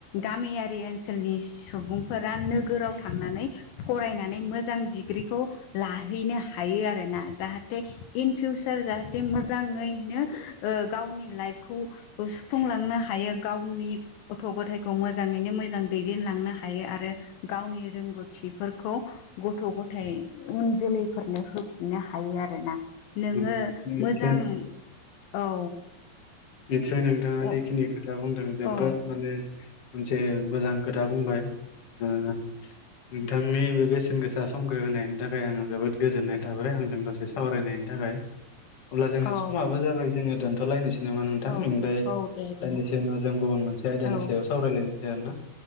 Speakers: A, on the left (about 85°); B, on the left (about 45°).
A: गामियारि ओन सोलनि सुबुंफोरा नोगोराव थांनानै फरायनानै मोजां डिग्रिखौ लाहैनो हा हायो आरोना जाहाथे इन फिउचार जाहाथे मोजाङैनो ओ गावनि लाइफ खौ सुफुंलांनो हायो, गावनि गथ' गथायखौ मोजाङैनो मोजां दैदेनलांनो हायो आरो गावनि रोंगौथिफोरखौ गथ' गथाय उन जोलै फोरनो होफिननो हायो आरोना। नोङो
B: उम निसय
A: मोजां औ
B: नितसय नोंथाङा
A: औ
B: जिखिनि खोथा बुंदों जोबोद
A: औ
B: माने मोनसे मोजां खोथा बुंबाय ओ नोंथां नि बे बेसेन गोसा समखौ होनायनि थाखाय आङो जोबोद गोजोननाय थाबाय आंजों दसे सावरायनायनि थाखाय। अब्ला जोंना
A: औ
B: समाबो जाबाय जोङो दोनथ'लायनोसै। नामा नोंथां
A: औ
B: बेनिफ्राय
A: औ दे दे
B: दानदिसे उनाव जों गुबुन मोनसे आयदानि
A: औ
B: सायाव सावरायलायनोसै आरो ना।